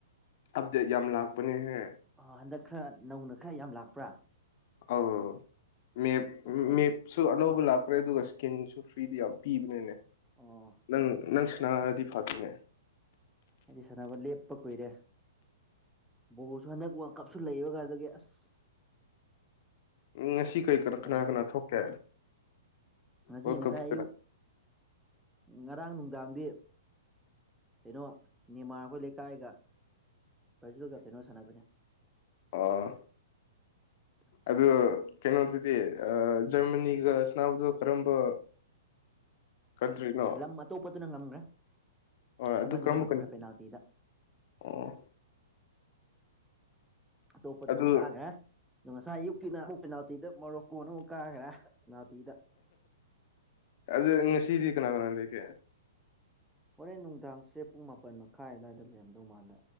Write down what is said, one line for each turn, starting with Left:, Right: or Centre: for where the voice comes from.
Left: ꯑꯕꯗꯦꯠ ꯌꯥꯝ ꯂꯥꯛꯄꯅꯦ ꯍꯦ
Centre: ꯑ ꯍꯟꯗꯛ ꯈꯔ ꯅꯧꯅ ꯈꯔ ꯌꯥꯝ ꯂꯥꯛꯄ꯭ꯔꯥ
Left: <unintelligible>
Centre: ꯑꯁ ꯑꯩ
Left: ꯁꯨ ꯑꯅꯧꯕ ꯂꯥꯛꯄ꯭ꯔꯦ ꯑꯗꯨꯒ ꯁ꯭ꯀꯤꯟꯁꯨ ꯐ꯭ꯔꯤꯗꯤ ꯌꯥꯝ ꯄꯤꯕꯅꯤꯅꯦ
Centre: ꯑꯣ
Left: ꯅꯪ ꯅꯪ ꯁꯅꯥꯔꯗꯤ ꯐꯥꯠꯇ꯭ꯔꯤꯉ
Centre: ꯍꯥꯏꯗꯤ ꯁꯥꯟꯅꯕ ꯂꯦꯞꯄ ꯀꯨꯏꯔꯦ ꯕꯣꯜꯁꯨ ꯍꯟꯗꯛ ꯋꯥꯔꯜ ꯀꯞꯁꯨ ꯂꯩꯕꯒ ꯑꯗꯨꯗꯒꯤ ꯑꯁ
Left: ꯉꯁꯤ ꯀꯔꯤ ꯀ
Centre: ꯑꯗꯨ
Left: ꯀꯅꯥ
Centre: ꯇꯧꯕꯒꯤ
Left: ꯀꯅꯥ ꯊꯣꯛꯀꯦ
Centre: ꯉꯁꯤ
Left: ꯍꯥꯏ
Centre: ꯉꯁꯥꯏ ꯑꯌꯨꯛ ꯉꯔꯥꯡ ꯅꯨꯡꯗꯥꯡꯗꯤ ꯀꯩꯅꯣ ꯅꯤꯃꯥꯔ ꯑꯩꯈꯣꯏ ꯂꯩꯀꯥꯏꯒ ꯕ꯭ꯔꯖꯤꯜꯒ ꯀꯩꯅꯣ ꯁꯥꯟꯅꯕꯅꯦ
Left: ꯑꯥ
Centre: <inaudible>
Left: ꯑ ꯀꯩꯅꯣꯗꯨꯗꯤ ꯑ ꯖꯔꯃꯅꯤꯒꯅꯥꯎꯗꯣ ꯀꯔꯝꯕ ꯀꯟꯇ꯭ꯔꯤꯅꯣ
Centre: ꯂꯝ ꯑꯇꯣꯞꯄꯇꯅ ꯉꯝꯈ꯭ꯔꯦ
Left: ꯍꯣꯏ ꯑꯗꯨ
Centre: ꯑꯃꯗꯨꯅ
Left: ꯀꯔꯝꯕ
Centre: ꯉꯝꯈ꯭ꯔꯦ
Left: ꯀꯟꯇ꯭ꯔꯤ
Centre: ꯄꯦꯅꯥꯜꯇꯤꯗ
Left: ꯑꯣ
Centre: ꯑꯇꯣꯞꯄꯗꯨꯅ
Left: ꯑꯗꯨ
Centre: ꯀꯥꯒꯔꯦ ꯑꯗꯣ ꯉꯁꯥꯏ ꯑꯌꯨꯛꯀꯤꯅ ꯑꯃꯨꯛ ꯄꯦꯅꯥꯜꯇꯤꯗ ꯃꯣꯔꯣꯛꯀꯣꯟ ꯑꯃꯨꯛ ꯀꯥꯈ꯭ꯔꯦ ꯄꯦꯅꯥꯜꯇꯤꯗ
Left: ꯑꯗꯨ ꯉꯁꯤꯗꯤ ꯀꯅꯥ ꯀꯅꯥ ꯂꯩꯒꯦ
Centre: ꯍꯣꯔꯦꯟ ꯅꯨꯡꯗꯥꯡꯁꯦ ꯄꯨꯡ ꯃꯥꯄꯟ ꯃꯈꯥꯏ ꯑꯋꯥꯏꯗ ꯂꯩꯔꯝꯗꯧ ꯃꯥꯜꯂꯦ